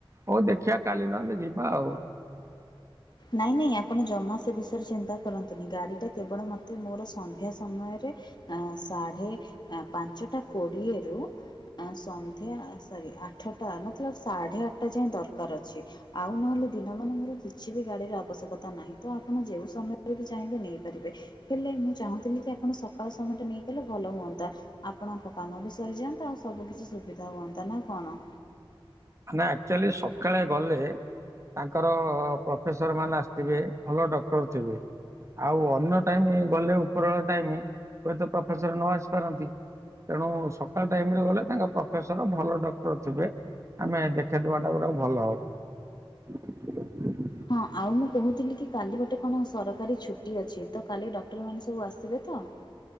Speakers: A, on the right; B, on the left.
A: ହୋଉ ଦେଖିଆ କାଲି ନହେଲେ ଯିବା ଆଉ।
B: ନାଇଁ ନାଇଁ ଆପଣ ଜମା ସେ ବିଷୟରେ ଚିନ୍ତା କରନ୍ତୁନି ଗାଡ଼ିଟା କେବଳ ମତେ ମୋର ସନ୍ଧ୍ୟା ସମୟର ସାଢେ ପାଞ୍ଚଟା କୋଡିଏରୁ ସନ୍ଧ୍ୟା ସରି ଆଠଟା ମ ସାଢେ ଆଠଟା ଯାଏ ଦରକାର ଅଛି ଆଉ ନହେଲେ ଦିନମାନେ ମୋର କି କିଛି ବି ଗାଡ଼ିର ଆବଶ୍ୟକତା ନାହିଁ ତ ଆପଣ ଯେଉଁ ସମୟରେ ବି ଚାହିଁବେ ନେଇପାରିବେ ହେଲେ ମୁଁ ଚାହୁଁଥିଲି କି ମାନେ ସକାଳ ସମୟଟା ନେଇ କଲେ ଭଲ ହୁଅନ୍ତା ଆପଣଙ୍କ କାମ ବି ସରିଯାଆନ୍ତା ଆଉ ସବୁ କିିଛି ସୁବିଧା ହୁଅନ୍ତା। ନା କଣ?
A: ଆମେ ଆଚୁଆଲି ସକାଳେ ଗଲେ ତାଙ୍କର ପ୍ରଫେସର ମାନେ ଆସିଥିବେ ଭଲ ଡକ୍ଟର ଥିବେ। ଆଉ ଅନ୍ୟ ଟାଇମି ଗଲେ ଉପର ବେଳା ଟାଇମି ହୁଏତ ପ୍ରଫେସର ନ ଆସିପାରନ୍ତି। ତେଣୁ ସକାଳ ଟାଇମରେ ଗଲେ ତାଙ୍କ ପ୍ରଫେସର ଭଲ ଡକ୍ଟର ଥିବେ। ଆମେ ଦେଖେଇଦବାଟା ଗୋଟେ ଭଲ ହବ।
B: ହଁ ଆଉ ମୁଁ କହୁଥିଲି କି କାଲି ଗୋଟେ କଣ ସରକାରୀ ଛୁଟି ଅଛି ତ କାଲି ଡକ୍ଟରମାନେ ସବୁ ଆସିବେ ତ? ହଁ